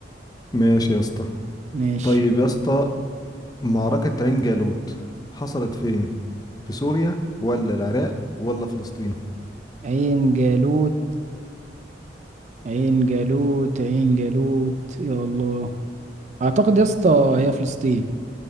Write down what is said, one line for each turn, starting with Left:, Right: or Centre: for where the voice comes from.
Left: ماشي يا اسطى
Right: ماشي
Left: طيب يا اسطى معركة عين جالوت حصلت فين؟ في سوريا ولا العراق ولا فلسطين؟
Right: عين جالوت عين جالوت عين جالوت يا الله اعتقد يا اسطى هي فلسطين